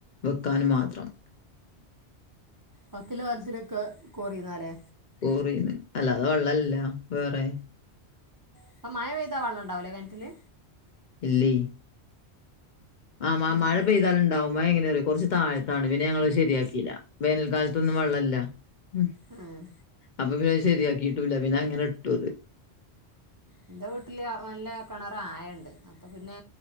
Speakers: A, on the left (about 55°); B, on the right (about 35°).
A: ക്കാനും മാത്രം
B: ബാക്കിള്ള കാര്യത്തിനൊക്ക കൊറിന്നാ ലെ
A: കൊറീന്ന് അല്ലാത വെള്ളല്ല വേറെ
B: പ്പം മഴ പെയ്താ വെള്ളം ഉണ്ടാവു ല്ലേ? കിണറ്റില്.
A: ഇല്ലേ ആമ
B: ഉം
A: മഴ പെയ്താലുണ്ടാവും <unintelligible> എങ്ങനെ അറിയോ കൊറച്ച് താഴത്താണ് പിന്നെ ഞങ്ങള് അത് ശരിയാക്കിയില്ല വേനൽക്കാലത്തൊന്നും വെള്ളല്ല ഉം
B: ഉം
A: അപ്പൊ, പിന്നെ അത് ശരിയാക്കിട്ടുല്ല. പിന്നെ, അങ്ങനെ ഇട്ടു അത്.
B: എന്റെ വീട്ടില് നല്ല കിണറ് ആയം ണ്ട്. അപ്പൊ, പിന്നെ.